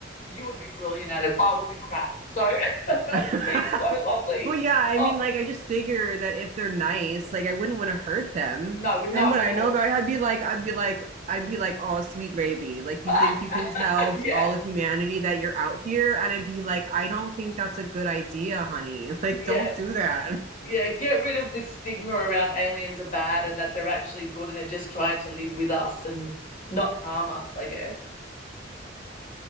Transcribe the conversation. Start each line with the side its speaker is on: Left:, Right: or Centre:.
Left: you would be brilliant at it. I would be crap. So <laughs> it's
Right: <laughs>
Left: been so lovely.
Right: Well, yeah, I
Left: Oh,
Right: mean, like, I just figure that if they're nice, like, I wouldn't want to hurt them.
Left: no, no,
Right: And
Left: of
Right: what I
Left: course.
Right: know about it, I'd be like, I'd be like, I'd be like, oh, sweet baby. Like,
Left: <laughs>
Right: you think you can tell
Left: Yeah,
Right: all of humanity that you're out here? And I'd be like, I don't think that's a good idea, honey. <laughs> Like,
Left: yeah,
Right: don't do that.
Left: yeah. Get rid of this stigma around aliens are bad and that they're actually good and they're just trying to live with us and not harm us, I guess.